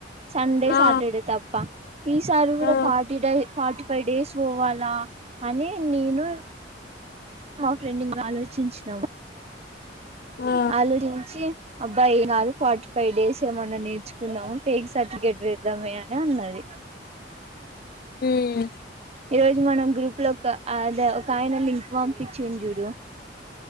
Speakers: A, on the right (about 35°); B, on the left (about 55°).
A: సండే
B: ఆ
A: సాటర్డే తప్పా ఈసారి కూడా
B: ఆ
A: ఫార్టీ డై ఫార్టీ ఫైవ్ డేస్ పొవాలి లా అని నేను మా ఫ్రెండింగ్ ఆలోచించినాము
B: ఆ
A: ఆలోచించి అబ్బాయి కాదు ఫార్టీ ఫైవ్ డేస్ ఏమన్నా నేర్ గున్నా పే సర్టిఫికేట్ విద్దామే అని అన్నది
B: ఉమ్
A: ఈ రోజు మనం గ్రూప్ లో ఒక అదే ఒక ఆయన లింక్ పంపించిండు చూడు